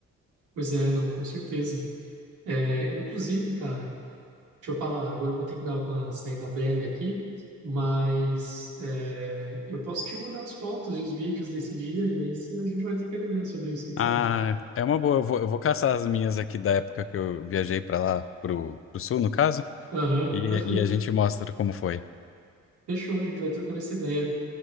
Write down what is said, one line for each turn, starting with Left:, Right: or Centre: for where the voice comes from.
Right: Pois é, não, com certeza. É, inclusive, cara, deixa eu falar, agora eu vou ter que dar uma saída breve aqui, mas é, eu posso te mandar as fotos e os vídeos desse dia e aí a gente vai trocando ideia sobre isso, o que que
Left: Ah,
Right: você acha?
Left: é uma boa. Eu vou, eu vou caçar as minhas aqui da época que eu viajei pra lá, pro, pro sul, no caso,
Right: Aham,
Left: e,
Right: perfeito.
Left: e a gente mostra como foi.
Right: Fechou, a gente vai trocando essa ideia.